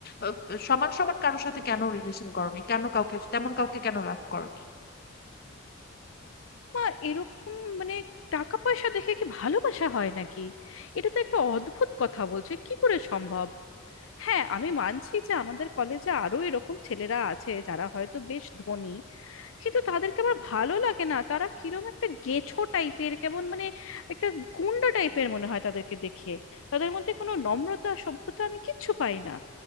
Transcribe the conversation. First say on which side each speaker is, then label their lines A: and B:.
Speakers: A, on the left (about 45°); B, on the left (about 75°).
A: আহ, সমান সমান কারোর সাথে কেন রিলেশন করনি কেন কাউকে তেমন কাউকে কেন লাভ করনি
B: মা এরকম মানে টাকা পয়সা দেখে কি ভালোবাসা হয় নাকি এটা তো একটা অদ্ভুত কথা বলছে কি করে সম্ভব হ্যাঁ আমি মানছি যে আমাদের কলেজে আরো এরকম ছেলেরা আছে যারা হয়তো বেশ ধনী কিন্তু তাদেরকে আমার ভালো লাগে না তারা কিরম একটা গেছো টাইপের কেমন মানে একটা গুন্ডা টাইপের মনে হয় তাদেরকে দেখে তাদের মধ্যে কোনো নম্রতা সভ্যতা আমি কিচ্ছু পাই না